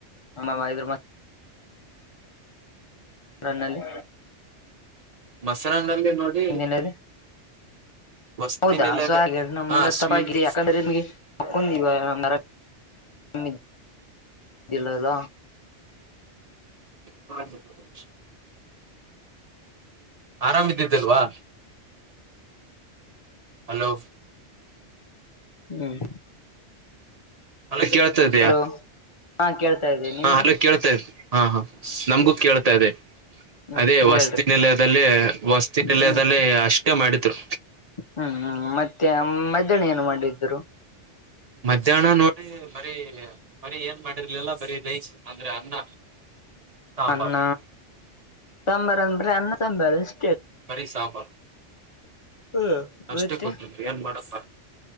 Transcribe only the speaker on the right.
ಮೊಸರನಲ್ಲಿ ನೋಡಿ
ವಸ್ತಿನೆಲ್ಲ
ಹಾ ಸ್ವೀಟ್
ಹ ಆರಾಮ್ದಿದ್ದಲ್ವಾ ಹಲೋ
ಅಲ್ಲ ಕೇಳ್ತತಯ
ಹಾ ಅಲೋ ಕೇಳ್ತಾ ಹಾ ಹ ನಮ್ಗೂ ಕೇಳ್ತಾ ಇದೆ
ಅದೇ ವಸ್ತಿಿನಲಯದಲ್ಲಿ
ವಸ್ತಿಿನ ನಿಲಯದಲ್ಲಿ
ಅಷ್ಟೇ ಮಾಡಿದ್ರು
ಮಧ್ಯಾಹ್ನ ನೋಡಿ ಬರೀ ಬರೀ ಏನ್ ಮಾಡಿರ್ಲಿಲ್ಲ ಬರೀ ಬೇ ಬರೆ ಅನ್ನ ಹಾ
ಬರ್ಲಿ.
ಬರಿ ಸಾಂಬಾರ್.
ಅಷ್ಟೇ
ಕೊಟ್ಟಿದ್ರು ಏನ್ ಮಾಡಪ್ಪ.